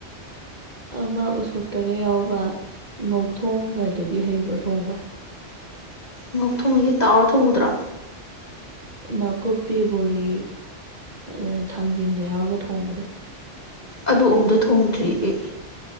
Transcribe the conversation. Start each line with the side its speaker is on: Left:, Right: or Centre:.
Right: ꯑꯃ ꯎꯁꯣꯞꯇꯒ ꯌꯥꯎꯕ ꯉꯧ ꯊꯣꯡꯒꯗꯨꯗꯤ ꯍꯩꯕ꯭ꯔꯣ ꯊꯣꯡꯕ
Left: ꯉꯧ ꯊꯣꯡ ꯍꯥꯏꯗꯤ ꯇꯥꯎꯔ ꯊꯣꯡꯕꯗꯨꯔꯣ
Right: ꯅꯥꯀꯨꯞꯄꯤ ꯕꯣꯔꯤ ꯑ ꯊꯥꯡꯖꯤꯡꯒ ꯌꯥꯎꯔꯒ ꯊꯣꯡꯕꯗꯣ
Left: ꯑꯗꯨ ꯑꯝꯇ ꯊꯣꯡꯗ꯭ꯔꯤ ꯑꯩ